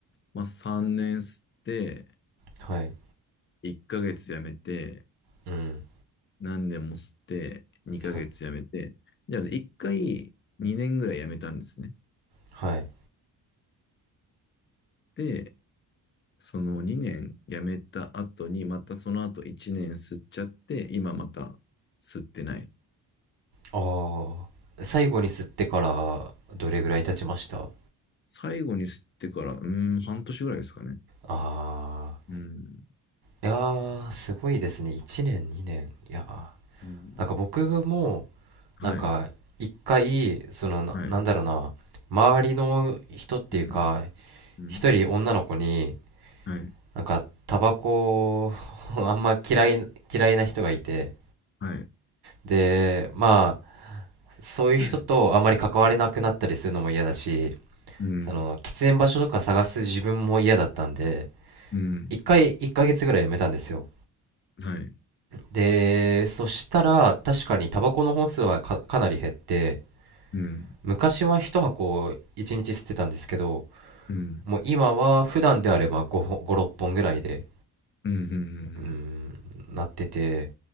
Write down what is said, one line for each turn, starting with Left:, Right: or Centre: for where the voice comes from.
Left: まあ3年吸って、
Right: はい。
Left: 1ヶ月やめて、
Right: うん。
Left: 何年も吸って、2ヶ月やめて、
Right: は、
Left: じゃあ1回2年ぐらいやめたんですね。
Right: はい。
Left: で、その2年辞めた後に、またその後1年吸っちゃって、今また吸ってない。
Right: ああ。最後に吸ってからどれぐらい経ちました
Left: 最後に吸ってから、うーん、半年ぐらいですかね。
Right: ああ
Left: うん、
Right: いやー、すごいですね。1年、2年。いやー。
Left: うん、
Right: なんか僕も、なんか、
Left: はい、
Right: 一回、そのな、
Left: はい、
Right: なんだろうな、周りの人っていうか、
Left: うん、うん、
Right: 一人女の子に、
Left: はい、
Right: なんか、タバコを <laughs> あんま嫌い、嫌いな人がいて、
Left: はい、
Right: で、まあ、そういう人とあんまり関われなくなったりするのも嫌だし、
Left: <clears throat> うん、
Right: その喫煙場所とか探す自分も嫌だったんで
Left: うん、
Right: 一回1ヶ月ぐらいやめたんですよ
Left: はい、
Right: でそしたら確かにタバコの本数はか、かなり減って
Left: うん、
Right: 昔は1箱1日吸ってたんですけど
Left: うん、
Right: もう今は普段であれば5ほ、5、6本ぐらいで
Left: うん、うん、
Right: うーんなってて